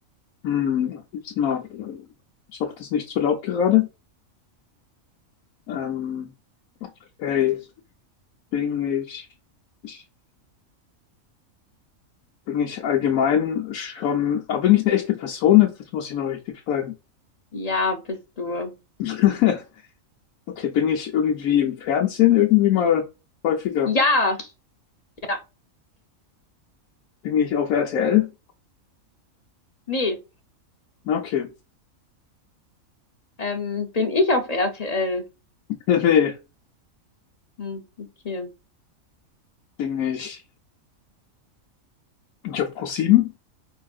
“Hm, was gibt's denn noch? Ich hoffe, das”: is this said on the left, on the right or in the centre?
Left